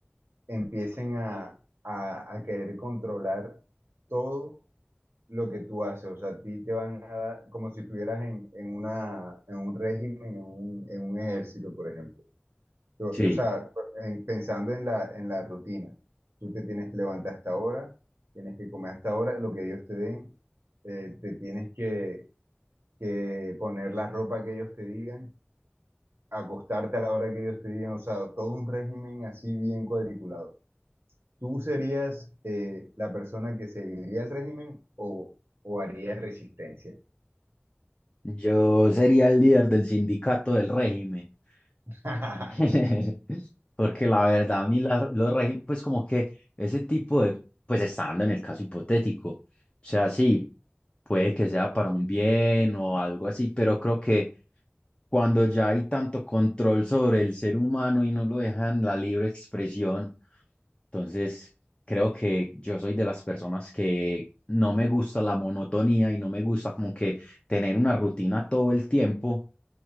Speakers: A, on the right; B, on the left.
A: empiecen a, a- a querer controlar todo lo que tú haces? O sea, a ti te van a dar como si estuvieras en, en una, en un régimen, en un, en un ejército, por ejemplo. Tú-
B: Sí.
A: o sea, en- pensando en la, en la rutina, tú te tienes que levantar a esta hora, tienes que comer a esta hora, lo que ellos te den, eh, te tienes que, que poner la ropa que ellos te digan, acostarte a la hora que ellos te digan, o sea, todo un régimen así bien cuadriculado. ¿Tú serías eh, la persona que seguiría el régimen o, o harías resistencia?
B: Yo sería el líder del sindicato del régimen.
A: <laughs>
B: <laughs> Porque la verdad, a mí la- los regímenes, pues como que ese tipo de, pues estando en el caso hipotético, o sea, sí, puede que sea para un bien o algo así, pero creo que cuando ya hay tanto control sobre el ser humano y no lo dejan la libre expresión, Entonces, creo que yo soy de las personas que no me gusta la monotonía y no me gusta como que tener una rutina todo el tiempo